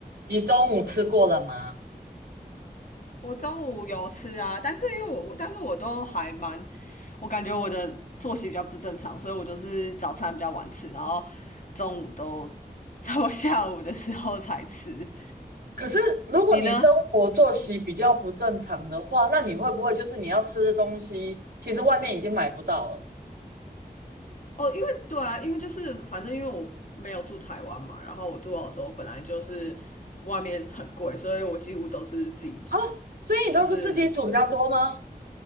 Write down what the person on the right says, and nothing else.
你中午吃过了吗？
可是如果你生活作息比较不正常的话，
那你会不会就是你要吃的东西，其实外面已经买不到了
哦，所以你都是自己煮比较多吗？